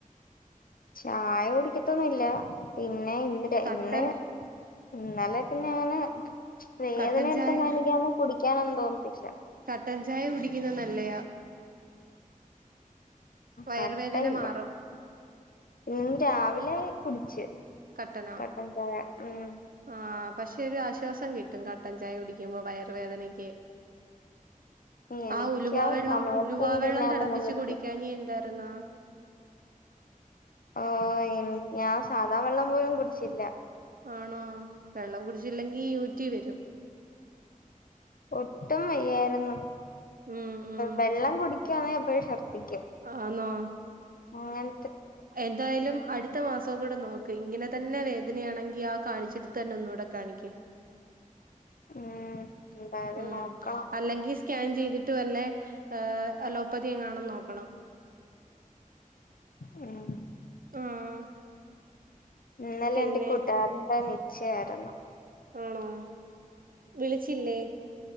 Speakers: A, on the left; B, on the right.
A: ചായ കുടിക്കത്തൊന്നില്ല പിന്നെ ഇന്ന്
B: കട്ടൻ
A: ഇന്ന് ഇന്നലെ പിന്നെ അഞനെ വേദന
B: കട്ടൻ
A: എടുത്തനക്ക്
B: ചായ
A: ആുമ്പം കുട ിക്കാന എന്ത തോന്നട്ടില്ല
B: കട്ടൻ ചായ കുടിക്കുന്നത് നല്ലയാാ വയർ
A: കട്ടൻ
B: വേദന മാറും.
A: ഇന്ന് രാവിലെ കുടിച്ച്
B: കട്ടനാ
A: കട്ടൻ ചായ ഉം
B: ആഹ് പക്ഷെ ഒരു ആശ്വാസം കിട്ടും കട്ടൻ ചായ കുടിക്കുമ്പോ വയർ വേദനയ്ക്ക്.
A: എനിക്കാ
B: ആ ഉലുവാ വെള്ളം
A: സമയത്തൊന്നും
B: ഉലുവാ വെള്ളം
A: തിന്നാനൊന്നും
B: തിളപ്പിച്ച്
A: പറ്റത്തില്ല
B: കുടിക്കാൻ എന്തായിരുന്നോ.
A: ഓഹ് ഞാൻ സാദാ വെള്ളം പോലും കുടിച്ചില്ല.
B: ആണോ വെള്ളം കുടിച്ചില്ലെങ്കിൽ യു റ്റി വരും.
A: ഒട്ടും വയ്യായിരുന്നു,
B: ഉം ഉം
A: വെള്ളം കുടിക്കാണെ അപ്പോ ശർദ്ദിക്കും.
B: ആണോ
A: അങ്ങ
B: എന്തായാലും അടു അടുത്ത മാസവും കൂടെ നോക്കും ഇങ്ങനെ തന്നെ വേദനയാണെങ്കി ആ കാണിച്ചെടുത്ത് തന്നെ ഒന്നൂടെ കാണിക്കും.
A: ഉം എന്തായാലും
B: ഉം
A: നോക്കണം
B: അല്ലെങ്കിൽ സ്കാൻ ചെയ്തിട്ട് വല്ലേ അലോപ്പതി എങ്ങാനും നോക്കണം.
A: ഉം.
B: ആഹ്.
A: ഇന്നലെ
B: പിന്നെ
A: എന്റെ കൂട്ടുകാരന്റെ നിശ്ചയാരുന്നു.
B: ആണോ വിളിച്ചില്ലേ.